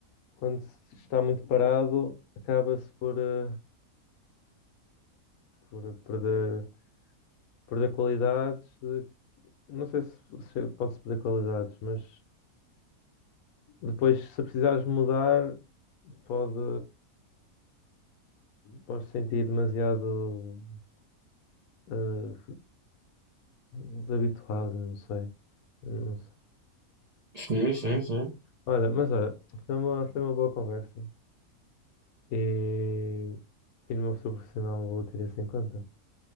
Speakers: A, on the left (about 75°); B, on the right (about 45°).
A: quando se está muito parado, acaba-se por. eh, por perder, perder qualidades. eh, Não sei se, se pode-se perder qualidades, mas depois, se precisares mudar, pode, podes sentir demasiado eh, desabituado, não sei. Não sei.
B: Sim, sim, sim.
A: Olha, mas olha, foi uma, foi uma boa conversa e, e no meu futuro profissional vou ter isso em conta.